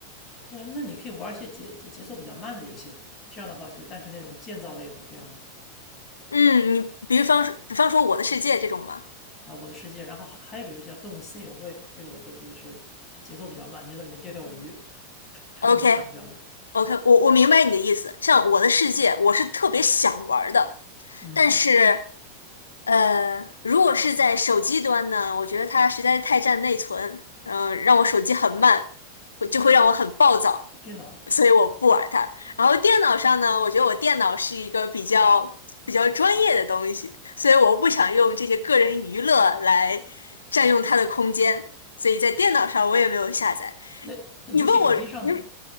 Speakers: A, on the left (about 25°); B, on the left (about 70°).
A: 这那你可以玩一些节节节奏比较慢的游戏啊，这样的话就是单纯那种建造类的这样的
B: 嗯，你比方说，比方说《我的世界》这种吗
A: 啊，我的世界。然后还还有一个游戏叫《动物森友会》，这个我觉得也是节奏比较慢，你在里面钓钓鱼，开开农场这样的。
B: o k OK，我我明白你的意思。像《我的世界》，我是特别想玩儿的，
A: 嗯，
B: 但是。呃，如果是在手机端呢，我觉得它实在太占内存，嗯、让我手机很慢，我就会让我很暴躁，
A: 电脑
B: 所以我不玩它。然后电脑上呢，我觉得我电脑是一个比较比较专业的东西，所以我不想用这些个人娱乐来占用它的空间，所以在电脑上我也没有下载。
A: 那那游戏主机上呢？
B: 你问我，你